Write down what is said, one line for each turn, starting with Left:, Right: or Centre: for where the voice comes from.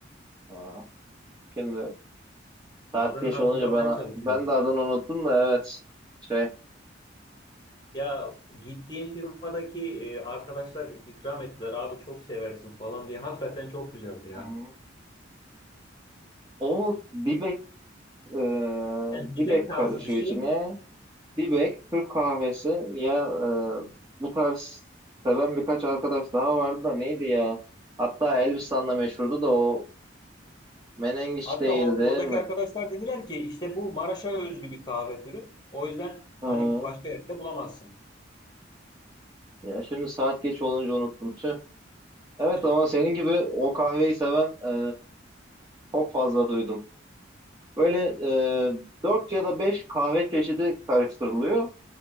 Right: Aa, şimdi saat
Left: Adını
Right: geç
Left: hatırlamaya
Right: olunca ben
Left: çalışıyorum.
Right: ben de adını unuttum da evet şey
Left: Ya gittiğim firmadaki e, arkadaşlar ikram ettiler abi çok seversin falan diye. Hakikaten çok güzeldi ya.
Right: hı o dibek e,
Left: Yani
Right: dibek
Left: yemek tarzı
Right: karışıyor
Left: bir şey.
Right: içine dibek Türk kahvesi ya e, bu tarz seven birkaç arkadaş daha vardı da neydi ya hatta Elbistan'da meşhurdu da o menengiç
Left: Hatta
Right: değildi
Left: or- oradaki
Right: mi?
Left: arkadaşlar dediler ki işte bu Maraş'a özgü bir kahve türü. O yüzden
Right: Hı
Left: hani
Right: hı.
Left: başka yerde bulamazsın.
Right: Ya şimdi saat geç olunca unuttum tüh. Evet
Left: <laughs>
Right: ama senin gibi o kahveyi seven e, çok fazla duydum. Böyle e, 4 ya da 5 kahve çeşidi karıştırılıyor.